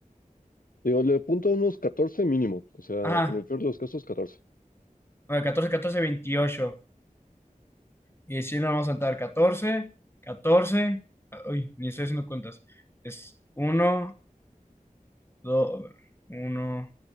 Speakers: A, on the left; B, on the left.
A: Digo, le apunto a unos 14 mínimo. O sea,
B: Ajá,
A: en el peor de los casos, 14.
B: bueno, catorce catorce veintiocho Y si nos vamos a saltar catorce catorce ah, uy, ni estoy haciendo cuentas. Es uno dos uno